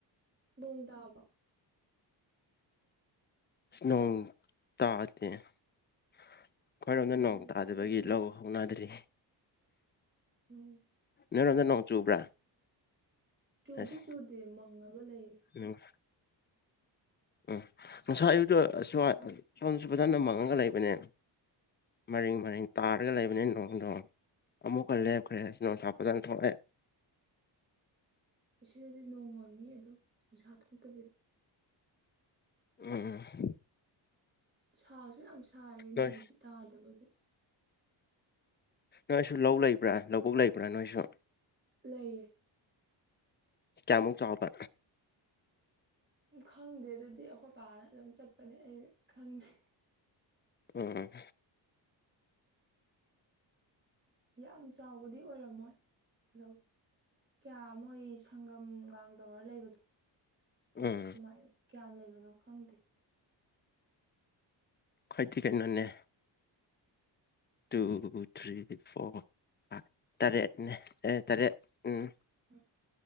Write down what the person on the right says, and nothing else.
ꯅꯣꯡ ꯇꯥꯕ꯭ꯔꯣ
ꯎꯝ
ꯁꯤꯗꯗꯤ
ꯑꯣ
ꯆꯨꯗꯤ
ꯆꯨꯗꯦ ꯃꯪꯉꯒ ꯂꯩ
ꯑꯥ
<inaudible> ꯁꯤꯗꯗꯤ ꯅꯣꯡ ꯃꯪꯉꯤ ꯑꯗꯨꯝ ꯅꯨꯡꯁꯥ ꯊꯣꯛꯇꯕꯤꯗ
ꯁꯥꯁꯨ ꯌꯥꯝ ꯁꯥꯏꯌꯦ ꯅꯣꯡꯁꯤ
ꯇꯥꯗꯕꯒꯤ
ꯂꯩꯌꯦ
ꯈꯪꯗꯦ ꯑꯗꯨꯗꯤ ꯑꯩꯈꯣꯏ ꯄꯥꯅ ꯑꯗꯨꯝ ꯆꯠꯄꯅꯦ ꯑꯩ ꯈꯪꯗꯦ
ꯌꯥꯝ ꯆꯥꯎꯕꯗꯤ ꯑꯣꯏꯔꯝꯃꯣꯏ ꯂꯧ ꯀꯌꯥ ꯃꯣꯏ ꯁꯪꯒꯝꯒ ꯇꯧꯔ ꯂꯩꯕꯗꯣ ꯑꯗꯨ
ꯀꯃꯥꯏꯟ ꯀꯌꯥꯝ ꯂꯩꯕꯅꯣ ꯈꯪꯗꯦ
ꯎꯝ